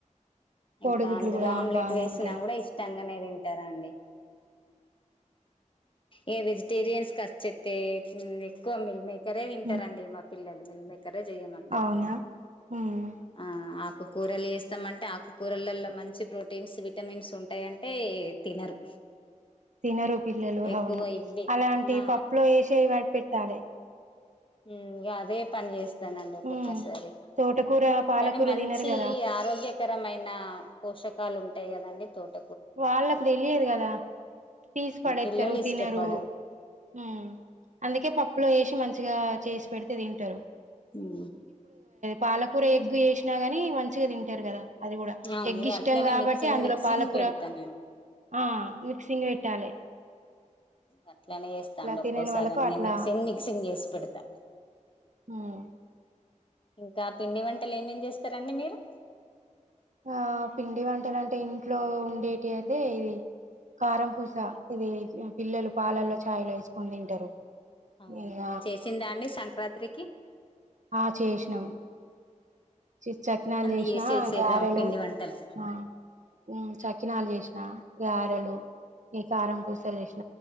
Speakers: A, on the right; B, on the left.
A: కోడిగుడ్లు
B: ఇంకా అందులో
A: కూడా
B: ఆమ్లెట్
A: బాగానే
B: వేసిన
A: ఉంటాయి
B: కూడా ఇష్టంగ గనే తింటారండి ఏ వెజిటేరియన్స్ కస్చతే ఎక్కువ మిల్మేక్ క్కరే తింటారండి
A: ఉమ్,
B: మా పిల్లలు మిల్మేకరే చెయమంటారు
A: అవునా ఉమ్,
B: ఆ ఆకు కూరలు చేస్తామంటే ఆకుకూరలలో మంచి ప్రోటీన్స్ విటమిన్స్ ఉంటాయంటే తినరు
A: తినరు పిల్లలు
B: ఎక్కువ
A: అవును
B: ఇవ్వే
A: అలాంటియి
B: నా
A: పప్పులో యేసి పెట్టాలే
B: మ్మ్ ఇగ అదే పని చేస్తానండి ఒక్కొక్కసారి
A: ఉమ్ తోటకూర పాలకూర
B: కానీ మంచి
A: తినరు కదా
B: ఆరోగ్యకరమైన పోషకాలు ఉంటాయి కదండి తోట
A: వాళ్ళకు తెలియదు కదా తీసి పడేత్తరు
B: పిల్లలు ఇష్టపడరు
A: తినరు మ్ అందుకే పప్పులో యేసి మంచిగా చేసి పెడితే తింటరు
B: మ్మ్
A: పాలకూర ఎగ్గు చేసినా గాని మంచిగ తింటరు కదా అది కూడా
B: అవును
A: ఎగ్
B: ఇగ
A: ఇష్టం
B: అట్లనే
A: కాబట్టి
B: మిక్సింగ్
A: అందులో
B: మిక్సింగ్
A: పాలకూర
B: పెడతానండి
A: ఆ మిక్సింగ్ వెట్టాలే
B: గట్లనే చేస్తా అండి ఒక్కోసారి
A: తినని వాళ్ళకు
B: అని
A: అట్లా
B: మిక్సింగ్ మిక్సింగ్ చేసి పెడతా
A: మ్మ్
B: ఇంకా పిండి వంటలు ఏమేం చేస్తారండి మీరు
A: ఆ పిండి వంటలు అంటే ఇంట్లో ఉండేటి అదే ఇది కారం పూస ఇది పిల్లలు పాలల్లో చాయలో వేసుకొని తింటారు
B: అవును
A: ఇక
B: చేసిందా అండి సంక్రాంతికి
A: ఆ చేేషినం చి చకనాలు
B: అన్ని
A: చేసినా
B: చేసేసారా
A: గారెలు
B: పిండి వంటలు
A: ఆ హ్మ్ చకినాలు చేసిన గారెలు ఈ కారం పూసలు చేస్